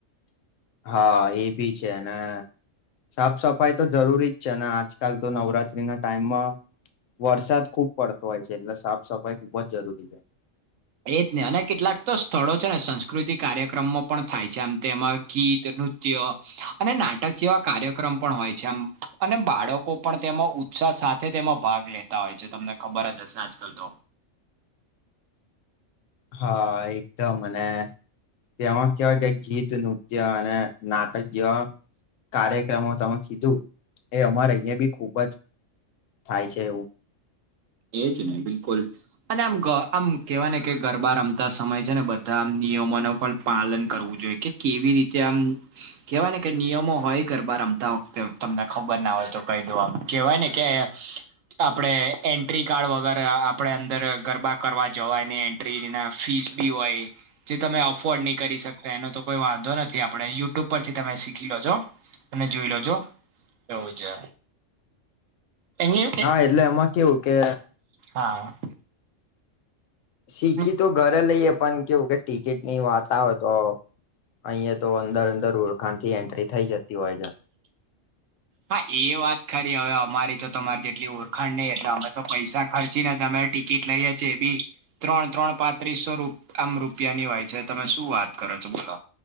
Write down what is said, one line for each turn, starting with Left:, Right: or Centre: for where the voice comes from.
Left: હા એ ભી છે ને સાફ સફાઈ તો જરૂરીજ છે ને આજ. કાલ તો નવરાત્રી ના ટાઈમમાં. વરસાદ ખુબ પડતો હોય છે એટલે સાફ સફાઈ ખુબજ જરૂરી છે.
Right: એજ નહી અને કેટલાક તો સ્થળો છે ને સંસ્કૃતિક કાર્યક્રમો પણ થાય છે આમ તેમાં ગીતનું. નૃત્ય અને નાટક જેવા કાર્યક્રમ પણ હોય છે એ અને બાળકો પણ તેમાં. સાથે તેમાં ભાગ લેતા હોય છે તમને ખબરજ હશે આજકાલ તો.
Left: હા એકદ મને. તેમાં કહેવાય કે ગીત નૃત્ય અને નાટક્ય. કાર્યક્રમો તમે કીધું એ અમારે અહીં બી ખુબજ થાય છે એવું.
Right: એજ ને બિલકુલ અને આમ આમ કેહેવાય ને કે ગરબા રમતા સમય છે ને બધા નિયમો ન પણ પાલન કરવું જોઈએ કે કેવી રીતે આમ કેહેવાય ને કે નિયમો હોય ગરબા રમતાતે તમને ખબર ના હોય તો કહી દો આમ કેવાય ને કે આપડણે એન્ટ્રી કાર્ડ વગર આપડે અંદર ગરબા કરવા જવાયને એ ના ફીસ બી હોય જે તમે અફોર્ડ નહી કરી શકતા એનો તો કોઈ વાંધો નથી આપણે યુટ્યુબ પરથી તમે શીખી લો છો અને જોઈ લજો એવું છે અને
Left: હા એટલે એમાં કેવું કે
Right: હા
Left: શીખી
Right: શું
Left: તો ઘરે લઈએ પણ કેવું કે ટિકિટ ની વાતા હો તો અહિયાંયા તો અંદર અંદર ઉરખાન થી એન્ટ્રી થઈ જતી હોય છે
Right: હા એ વાત ખરી હવે અમારી તો તમારી જેટલી ઓળખાણ નહી એટલે અમે તો પૈસા ખર્ચીને અમે ટિકિટ લાવયા છે બી ત્રણ ત્રણ પાંત્રીસો આમ રૂપિયાની હોય છે તમે શું વાત કરો છો બોલો